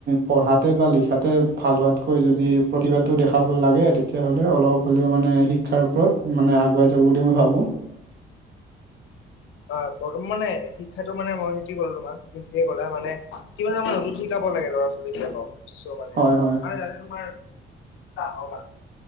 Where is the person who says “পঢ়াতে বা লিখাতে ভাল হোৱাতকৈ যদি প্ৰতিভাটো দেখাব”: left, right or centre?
Right